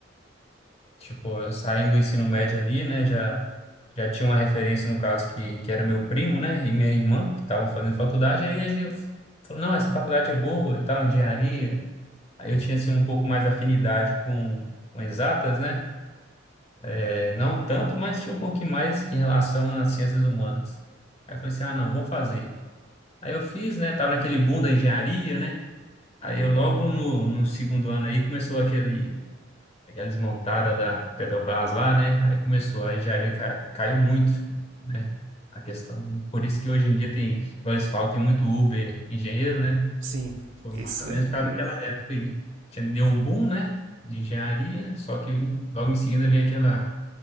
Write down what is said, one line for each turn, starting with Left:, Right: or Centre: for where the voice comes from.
Left: Tipo, eu saindo do ensino médio ali, né, já, já tinha uma referência, no caso, que, que era meu primo, né, e minha irmã, que estavam fazendo faculdade, aí a gente falou, não, essa faculdade é boa e tal, engenharia. Aí eu tinha, assim, um pouco mais afinidade com, com exatas, né, É, não tanto, mas tinha um pouquinho mais em relação às ciências humanas. Aí eu falei assim, ah, não, vou fazer. Aí eu fiz, né, tava naquele boom da engenharia, né, aí eu logo no, no segundo ano aí começou aquele Aí a desmontada da Petrobras lá, né? Aí começou, aí já, já ca- caiu muito, né? A questão. né? Por isso que hoje em dia tem, igual eles falam, tem muito Uber engenheiro, né?
Right: sim,
Left: Foi
Right: isso
Left: mais ou
Right: é.
Left: menos por causa daquela época aí. Tinha- Deu um boom, né? De engenharia, só que logo em seguida vem aquela,